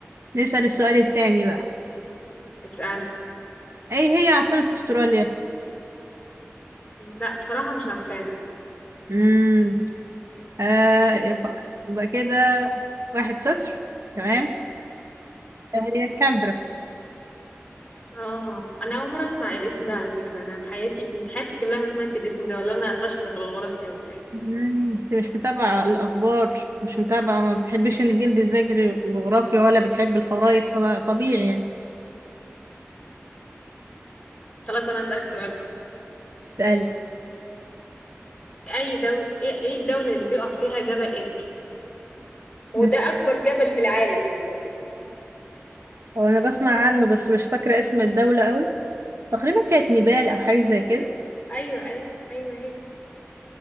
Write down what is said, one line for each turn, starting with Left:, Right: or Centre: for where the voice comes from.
Right: نسأل السؤال التاني بقى
Left: اسال
Right: إيه هي عاصمة أستراليا؟
Left: لا بصراحه مش عارفاها
Right: مم. آه يبقى يبقى كده واحد صفر تمام إيه هي كامبرا
Left: اه انا اول مره اسمع الاسم ده على فكره انا في حياتي في حياتي كلها ما سمعت الاسم ده ولا انا فاشله في الجغرافيا ولا ايه
Right: مم، انت مش متابعة الأخبار مش متابعة ما بتحبش إنك انت تذاكري الجغرافيا ولا بتحب الخرايط فطبيعي يعني
Left: خلاص انا هسالك سؤال بقى
Right: تسألي
Left: اي دول ايه إيه الدوله اللي بيقع فيها جبل ايفرست هو
Right: مم.
Left: العالم عموما
Right: هو أنا بسمع عنه بس مش فاكرة اسم الدولة قوي تقريبا كانت نيبال أو حاجة زي كده
Left: ايوه ايوه ايوه هي